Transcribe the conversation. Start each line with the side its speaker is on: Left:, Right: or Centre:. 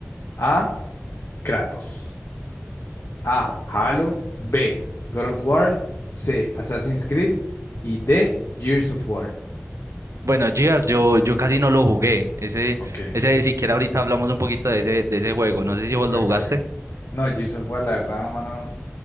Left: a Kratos? A, Halo, B, God of War, C, Assassin's Creed y D, Gears of War.
Right: Bueno, Gears, yo, yo casi no lo jugué. Ese,
Left: Ok,
Right: ese, siquiera ahorita hablamos un poquito de ese, de ese juego. No sé si vos lo
Left: ok,
Right: jugaste.
Left: ok. No, Gears of War, la verdad, mano,